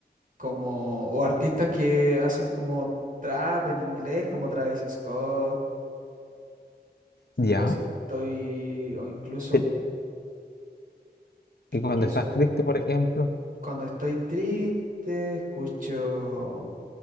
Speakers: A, on the right (about 50°); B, on the left (about 70°).
A: como, o artistas que hacen como trap en inglés, como Travis Scott,
B: Ya.
A: o si estoy, o incluso,
B: Te- Y cuando
A: incluso
B: estás triste, por ejemplo.
A: cuando estoy triste, escucho